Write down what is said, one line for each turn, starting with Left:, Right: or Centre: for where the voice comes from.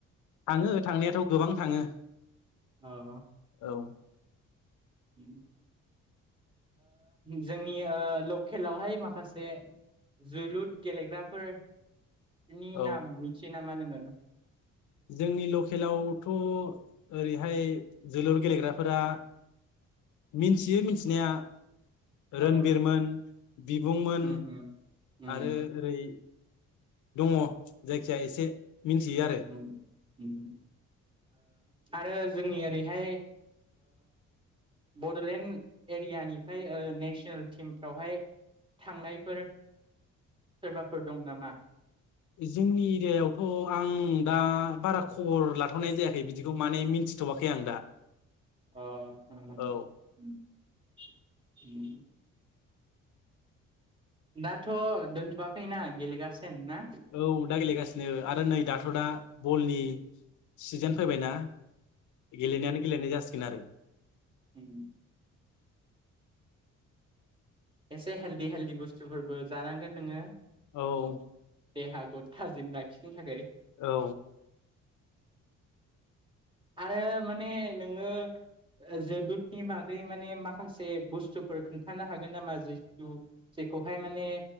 Left: थाङो थांनायाथ' गोबां थाङो।
Right: अ ओम
Left: औ
Right: ओम। जोंनि लकेलावहाय माखासे जोलुर गेलेग्राफोरनि
Left: औ
Right: नाम मिथियो नामा नोङो
Left: जोंनि लकेलावथ' ओरैहाय जोलुर गेलेग्राफोरा मिथियो मिथिनाया
Right: अ
Left: रनबिरमोन बिबुंमोन
Right: उम उम उम
Left: आरो ओरै दङ जायखिया एसे मिथियो आरो
Right: उम उम आरो जोंनि ओरैहाय बड'लेण्ड एरियानिफ्राय नेसनेल टिमफ्रावहाय थांनायफोर सोरबाफोर दं नामा
Left: जोंनि एरियायावथ' आं दा बारा खबर लाथ'नाय जायाखै बिदिखौ माने मिथि मिथ'माखै आं दा
Right: अ
Left: औ
Right: दाथ' दोनथ'वाखैना गेलेगासिनो ना
Left: औ दा गेलेगासिनो आरो नै दाथ' दा बलनि सिजोन फैबायनाा गेलेनायानो गेलेनाय जासिगोन आरो
Right: उ एसे हेलदि हेलदि बुस्थुफोरबो जानांगोन नोङो
Left: औ
Right: देहाखौ थाजिम लाखिनो थाखाय
Left: औ
Right: आरो माने नोङो जोलुरनि बागै माने माखासे बुस्थुफोर खोनन्थानो हागोन नामा जिथु जेखौहाय माने